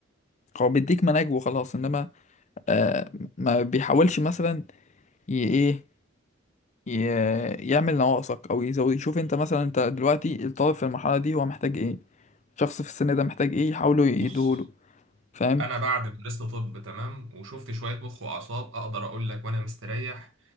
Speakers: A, on the left; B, on the right.
A: هو بيديك مناهج وخلاص انما آه، ما بيحاولش مثلا ي- ايه ي- يعمل نواقصك او يزود يشوف انت مثلا انت دلوقتي الطالب في المرحله دي هو محتاج ايه الشخص في السن ده محتاج ايه يحاولوا يديهوله
B: بص
A: فاهم
B: انا بعد ما درست طب تمام وشفت شويه مخ واعصاب اقدر اقول لك وانا مستريح